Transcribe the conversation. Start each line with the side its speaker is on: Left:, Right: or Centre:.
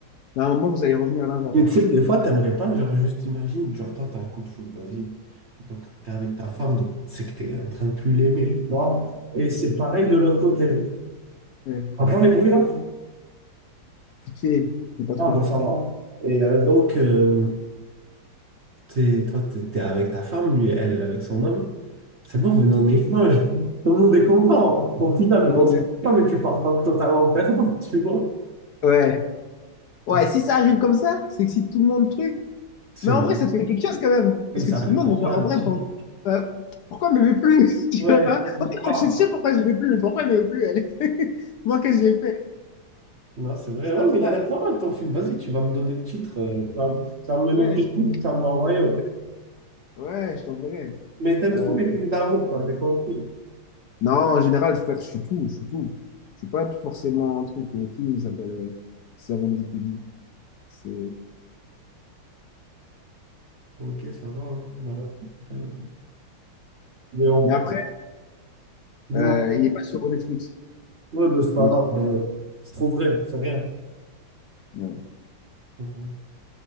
Left: mais à un moment, vous allez revenir l'un vers
Right: Mais tu sais, des fois, t'aimerais pas, genre, juste imagine, genre, toi, t'as un coup de foudre, vas-y. Donc, t'es avec ta femme, donc, c'est que t'es en train de plus l'aimer, tu vois. Et c'est pareil de l'autre côté.
Left: Ouais.
Right: Entends les bruits, là?
Left: Piqué, mais pas
Right: Ah,
Left: trop.
Right: bon, ça va. Et euh, donc, euh, t'es- toi, t'es, t'es avec ta femme, lui, elle, elle est avec son homme. C'est bon, venez en échange. Tout le monde est content. Au final,
Left: Je
Right: bon,
Left: vois bien.
Right: c'est pas, mais tu pars pas totalement en perdant, tu vois.
Left: Ouais. Ouais,
Right: Ah, C'est
Left: si ça arrive comme ça, c'est que si tout le monde truc.
Right: c'est
Left: Mais
Right: magnifique.
Left: en vrai, ça te fait quelque chose quand même. Parce
Right: Oui, ça
Left: que tu
Right: fait
Left: te demandes,
Right: trop
Left: mais genre,
Right: mal.
Left: en vrai,
Right: Tu
Left: pour-
Right: dis,
Left: euh, pourquoi elle m'aimait plus? <laughs> Tu
Right: ouais,
Left: vois? Ok,
Right: tu dis,
Left: moi,
Right: ah.
Left: je sais pourquoi je m'aimais plus, mais pourquoi elle m'aimait plus, elle? <laughs> Moi, qu'est-ce que j'ai fait?
Right: Non, c'est vrai.
Left: Ça,
Right: Ouais, mais il
Left: ça,
Right: a l'air pas mal ton film. Vas-y, tu vas me donner le titre. euh. Ça, ça me notait
Left: ouais, je t'en-
Right: tout, ça me l'a envoyé.
Left: ouais, je t'enverrai.
Right: Mais t'aimes
Left: Euh,
Right: trop les films d'amour, toi, j'ai compris.
Left: non, en général, frère, je suis tout, je suis tout. Je suis pas forcément un truc. Le film il s'appelle ouais, Serendipity. C'est.
Right: Ok, ça va. hein. Bah, ouais. Euh, Mais bon,
Left: Mais après,
Right: dis-moi.
Left: Euh, il est pas sur Netflix.
Right: Ouais, ben, c'est pas
Left: Il
Right: grave,
Left: est-
Right: euh, c'est trop vrai, c'est rien.
Left: ouais.
Right: mhm.